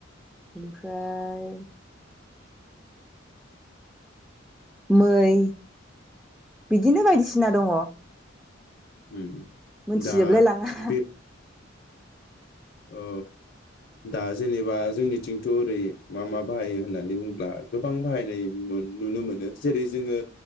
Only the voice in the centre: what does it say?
ओमफ्राय। मै बिदिनो बायदिसिना दङ।
मोनथिजोबलाय
लाङा।